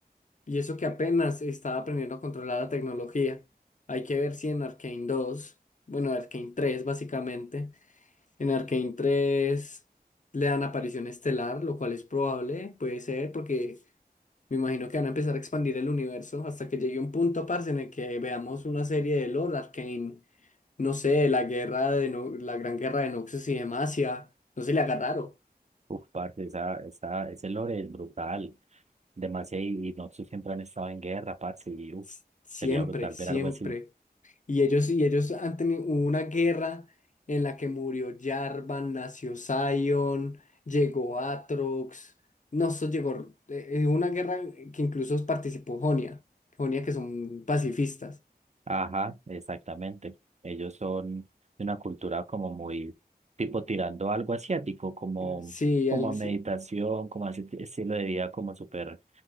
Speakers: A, on the left (about 50°); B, on the right (about 45°).
A: Y eso que apenas estaba aprendiendo a controlar la tecnología. Hay que ver si en Arcane 2 bueno, Arcane 3 básicamente, en Arcane 3 le dan aparición estelar, lo cual es probable, puede ser, porque me imagino que van a empezar a expandir el universo hasta que llegue un punto, parce, en el que veamos una serie de lore Arcane, no sé, la guerra de No- la gran guerra de Noxus y Demacia, no se le haga raro.
B: Uf, parce, esa, esa, ese lore es brutal, demasiado, y, y Noxus siempre han estado en guerra, parce, y uf,
A: S- Siempre,
B: sería brutal
A: siempre.
B: ver algo así.
A: Y ellos, y ellos han tenido hubo una guerra en la que murió Jarvan, nació Sion, llegó Aatrox. No, eso llegó. eh, eh, una guerra que incluso participó Jonia. Jonia que son pacifistas.
B: Ajá, exactamente. Ellos son de una cultura como muy tipo tirando algo asiático, como,
A: Sí,
B: como
A: al-
B: a meditación,
A: sí,
B: como a ese t- estilo de vida como súper,